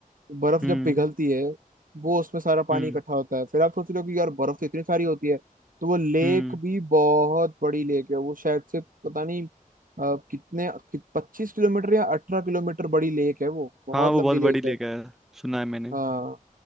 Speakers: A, on the right; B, in the centre.
A: बर्फ
B: हम्म
A: जब पिघलती है वो उसमें सारा पानी
B: हम्म
A: इकट्ठा होता है फिर आप सोच रहे हो कि यार बर्फ तो इतनी सारी होती है तो वो लेक
B: हम्म
A: भी बहुत बड़ी लेक है वो शायद से पता नहीं अ, कितने कि, पच्चीस किलोमीटर या अठारह किलोमीटर बड़ी लेक है वो बहुत
B: हाँ वो
A: लंबी
B: बहुत
A: लेक
B: बड़ी लेक
A: है
B: है सुना है मैंने
A: हाँ